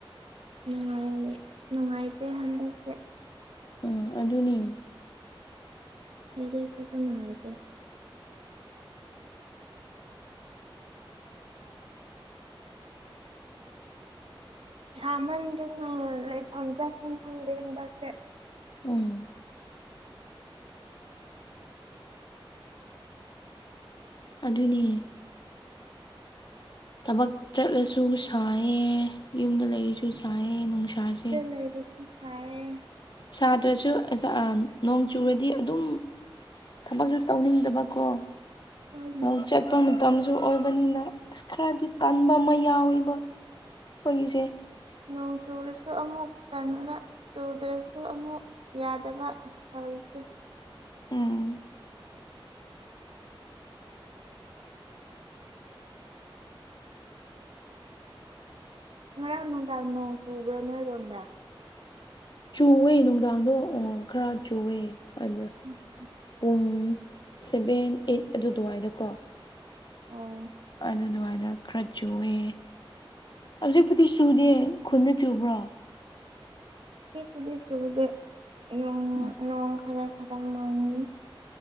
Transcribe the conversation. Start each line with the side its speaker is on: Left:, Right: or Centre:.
Right: ꯅꯨꯡꯉꯥꯏ ꯅꯨꯡꯉꯥꯏꯇ ꯍꯥꯟꯗ ꯁꯦ
Left: ꯎꯝ ꯑꯗꯨꯅꯤ
Right: ꯌꯔꯤꯄ ꯅꯨꯡꯉꯥꯏꯁꯦ ꯁꯥꯃꯟꯗꯅ ꯂꯩꯐꯝ ꯆꯥꯐꯝ ꯈꯪꯗꯦ ꯍꯟꯗꯛꯇꯤ
Left: ꯎꯝ ꯑꯗꯨꯅꯤ ꯊꯕꯛ ꯆꯠꯂꯁꯨ ꯁꯥꯏꯌꯦ ꯌꯨꯝꯗ ꯂꯩꯔꯤꯁꯨ ꯁꯥꯏꯌꯦ ꯅꯨꯡꯁꯥꯁꯦ
Right: ꯂꯩꯔꯁꯨ ꯁꯥꯏꯌꯦ
Left: ꯁꯥꯇ꯭ꯔꯁꯨ ꯅꯣꯡ ꯆꯨꯔꯗꯤ ꯑꯗꯨꯝ ꯊꯕꯛꯁꯨ ꯇꯧꯅꯤꯡꯗꯕꯀꯣ
Right: ꯍꯣꯏꯅꯦ
Left: ꯂꯧ ꯆꯠꯄ ꯃꯇꯝꯁꯨ ꯑꯣꯏꯕꯅꯤꯅ ꯑꯁ ꯈꯔꯗꯤ ꯇꯟꯕ ꯃꯩ ꯌꯥꯎꯔꯤꯕ ꯑꯈꯣꯏꯒꯤꯁꯦ
Right: ꯅꯣꯡ ꯆꯨꯨꯔꯁꯨ ꯑꯃꯨꯛ ꯇꯟꯕ ꯆꯨꯗ꯭ꯔꯁꯨ ꯑꯃꯨꯛ ꯌꯥꯗꯕ ꯇꯧꯔꯤꯁꯦ
Left: ꯎꯝ
Right: ꯉꯔꯥꯡ ꯅꯨꯡꯗꯥꯡ ꯅꯣꯡ ꯆꯨꯕ꯭ꯔꯥ ꯅꯣꯏꯔꯣꯝꯗ
Left: ꯆꯨꯑꯦ ꯅꯨꯡꯗꯥꯡꯗꯣ ꯑꯣ ꯈꯔ ꯆꯨꯑꯦ ꯑꯗꯨꯗ
Right: ꯎꯝ ꯎꯝ
Left: ꯄꯨꯡ ꯁꯚꯦꯟ ꯑꯥꯏꯠ ꯑꯗꯨ ꯑꯗꯨꯋꯥꯏꯗꯀꯣ
Right: ꯑꯣ
Left: ꯑꯗꯨ ꯑꯗꯨꯋꯥꯥꯏꯗ ꯈꯔ ꯆꯨꯑꯦ ꯍꯧꯖꯤꯛꯄꯨꯗꯤ ꯆꯨꯗꯦ ꯈꯨꯟꯗ ꯆꯨꯕ꯭ꯔꯣ
Right: ꯀ ꯈꯨꯗꯤ ꯆꯨꯗꯦꯣꯡ
Left: ꯎꯝ
Right: ꯅꯣꯡ ꯈꯔ ꯈꯔ ꯃꯥꯡꯅꯤ